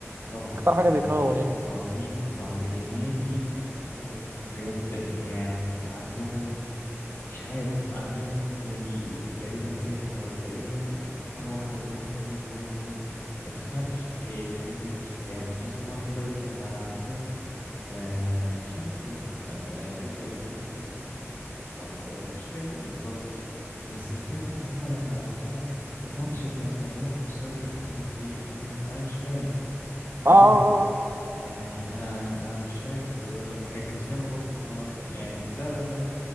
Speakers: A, on the left; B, on the right.
A: طبعا
B: اكتر حاجه
A: انا
B: بيكرهها هو ريال مدريد
A: صعبين صعب يا نادي مقرف بجد يعني عندهم مش عارف عندهم زي تقريبا سحر ولا ايه مرة واحدة جون جون جون جون ما تفهمش ايه الحاجات دي يعني خصوصا المرة اللي فاتت لما لعبونا آه مش فاكر كانت من- آه، دي تقريبا من 2019 مش فاكر بالظبط بس الفكرة ان هما لما لعبونا الماتش كان مليان اوفسايد واتحسبت لي ليهم انا مش فاهم بجد
B: اه اه آه. آه.
A: يعني انا انا مش فاهم ولما كان كريستيانو برضو مرة يعني لا لا لا